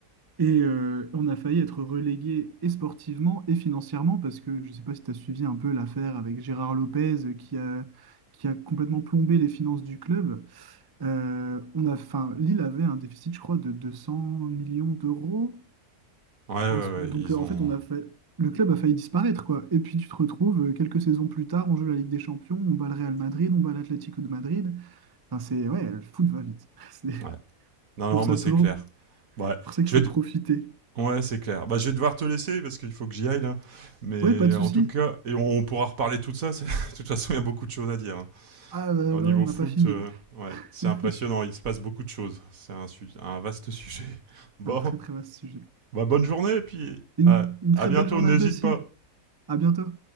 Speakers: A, on the right (about 35°); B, on the right (about 60°).
A: et euh, on a failli être relégué et sportivement et financièrement parce que, je ne sais pas si tu as suivi un peu l'affaire avec Gérard Lopez euh, qui a, qui a complètement plombé les finances du club. Euh, on a, enfin, Lille avait un déficit, je crois, de 200 millions d'euros.
B: Ouais, ouais,
A: En ce- Donc,
B: ouais, ils
A: euh, en
B: ont.
A: fait, on a fait, le club a failli disparaître, quoi. Et puis, tu te retrouves euh, quelques saisons plus tard, on joue la Ligue des Champions, on bat le Real Madrid, on bat l'Atlético de Madrid. Enfin, c'est, ouais, le foot va vite. <laughs> C'est
B: Ouais. Non, non,
A: pour ça,
B: bah, c'est
A: toujours,
B: clair. Ouais,
A: pour ça qu'il
B: je
A: faut
B: vais.
A: profiter.
B: de- Ouais, c'est clair. Bah, je vais devoir te laisser parce qu'il faut que j'y aille là. Mais
A: Ouais, pas de souci.
B: en tout cas, et on pourra reparler de tout ça. c'est- <laughs> De toute façon, il y a beaucoup de choses à dire. hein.
A: Ah, bah,
B: Au
A: voilà,
B: niveau
A: on n'a
B: foot,
A: pas fini.
B: euh, ouais,
A: <laughs>
B: c'est impressionnant. Il se passe beaucoup de choses. C'est un, su- un vaste sujet. <laughs> Bon.
A: Un très, très vaste sujet.
B: Bah, bonne journée et puis
A: Une,
B: à,
A: une
B: à
A: très
B: bientôt,
A: belle journée
B: n'hésite
A: à toi aussi.
B: pas.
A: À bientôt.